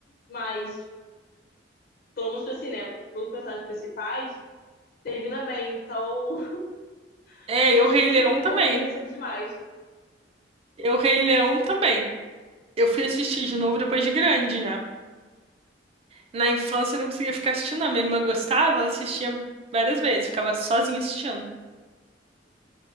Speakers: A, on the left (about 55°); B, on the right (about 35°).
A: mas, pelo menos assim, né, pelos personagens principais, termina bem. Então, <laughs>
B: é, eu
A: eu
B: Rei
A: sofri
B: Leão
A: um
B: também.
A: pouquinho cedo demais.
B: Eu Rei Leão também. Eu fui assistir de novo depois de grande já. Na infância eu não conseguia ficar assistindo, a minha irmã gostava, ela assistia várias vezes, ficava sozinha assistindo.